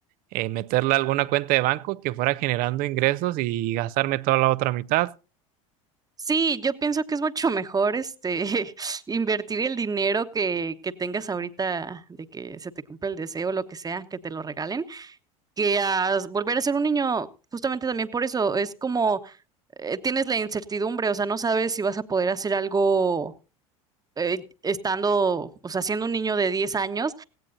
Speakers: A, on the right (about 55°); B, on the right (about 20°).
A: eh, meterla a alguna cuenta de banco que fuera generando ingresos y gastarme toda la otra mitad.
B: Sí, yo pienso que es mucho mejor este <laughs> invertir el dinero que, que tengas ahorita de que se te cumpla el deseo, lo que sea, que te lo regalen, que a volver a ser un niño, justamente también por eso, es como eh, tienes la incertidumbre, o sea, no sabes si vas a poder hacer algo eh, estando, o sea, siendo un niño de 10 años